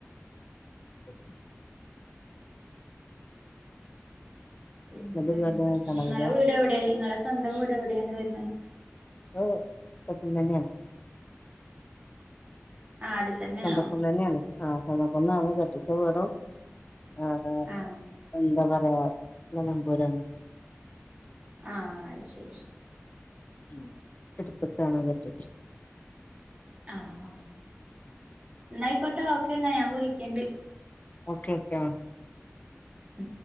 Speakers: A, on the left; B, on the right.
A: ഓ
B: പിന്നെ
A: ഹസ്ബൻഡ്
B: വേറെ
A: ഒരു കൊല്ലമായിട്ടാണോ
B: നിങ്ങളടെ
A: വരിക
B: വീട് എവിടെയ നിങ്ങളെ സ്വന്തം വീട് എവിടെയാണ് വരണ
A: ഓ സപ്പന്തന്ന
B: ആ അടുത്തന്നെയാണോ
A: സ്വന്തപ്പം തന്നെയാണ് ആ സ്വന്തപ്പംാണ് കെട്ടിച്ച വേറും ആഏർ
B: ആ
A: എന്താ പറയാ മലമ്പൂരാണ്
B: ആഹ അത് ശരി
A: ഉ എടുത്ത കാണാൻ പറ്റിച്ച
B: ആഹ ആഹ എന്നായിക്കോട്ടെ ഓക്കെ എന്നാ ഞാൻ വിളിക്കണ്ട്
A: ഓക്കെ ഓക്കെ
B: ഉ